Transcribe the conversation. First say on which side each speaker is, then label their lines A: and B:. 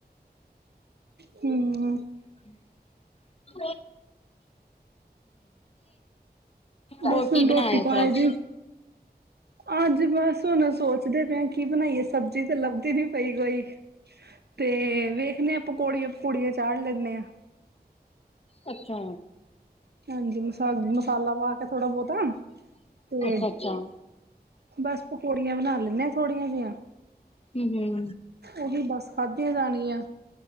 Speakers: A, on the right (about 75°); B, on the left (about 35°).
A: ਹਮ।
B: <unintelligible> ਹੋਰ
A: ਬਸ
B: ਕੀ
A: ਹੁਣ
B: ਬਣਾ
A: ਰੋਟੀ
B: ਏ ਔ
A: ਪਾਣੀ
B: ਫੇਰ ਅੱਜ।
A: ਦੀ ਅੱਜ ਬਸ ਹੋਣ ਸੋਚ ਚਦੇ ਪਏ ਆ ਕੀ ਬਣਾਈਏ ਸਬਜ਼ੀ ਤੇ ਲੱਭਦੀ ਨੀ ਪਈ ਕੋਈ। ਤੇ ਵੇਖਣੇ ਆਂ ਪਕੌੜੀਆਂ ਪਕੂੜੀਆਂ ਚਾੜ੍ਹ ਲੈਂਣੇ ਆਂ।
B: ਅੱਛਾ।
A: ਹਾਂਜੀ ਮਸਾਗ ਮਸਾਲਾ ਪਾ ਕੇ ਥੋੜਾ ਬੌਤਾ। ਤੇ
B: ਅੱਛਾ-ਅੱਛਾ।
A: ਬਸ ਪਕੌੜੀਆਂ ਬਣਾ ਲੈਂਣੇ ਆਂ ਥੋੜੀਆਂ ਜੀਆਂ।
B: ਹਾਂ,
A: ਓਹੀ ਬੱਸ ਖਾਦੀਆ ਜਾਣ ਗੀਆ।